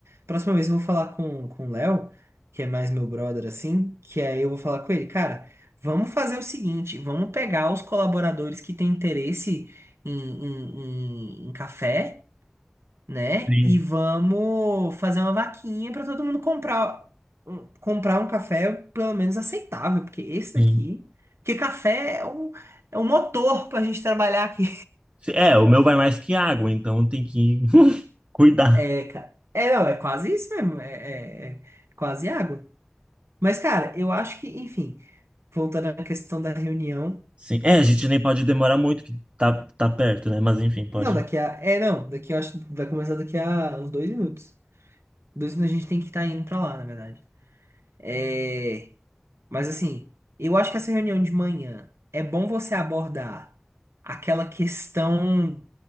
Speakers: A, on the right; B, on the right.
A: Próxima vez eu vou falar com, com o Léo, que é mais meu brother, assim. Que aí eu vou falar com ele, cara, vamos fazer o seguinte: vamos pegar os colaboradores que têm interesse em, em, em, em café, né?
B: Sim,
A: E vamos fazer uma vaquinha para todo mundo comprar, um- comprar um café pelo menos aceitável, porque esse
B: sim.
A: daqui. Porque café é um, é um motor pra gente trabalhar aqui.
B: Se- É, o meu vai mais que água, então tem que <laughs> cuidar.
A: É, ca- é, não, é quase isso mesmo. É, é- é quase água. Mas, cara, eu acho que, enfim, voltando à questão da reunião.
B: Sim. É, a gente nem pode demorar muito, que tá, tá perto, né? Mas enfim, pode.
A: Não, daqui a. É, não, daqui eu acho que vai começar daqui a uns dois minutos. Dois minutos a gente tem que estar indo pra lá, na verdade. É, mas, assim, eu acho que essa reunião de manhã é bom você abordar aquela questão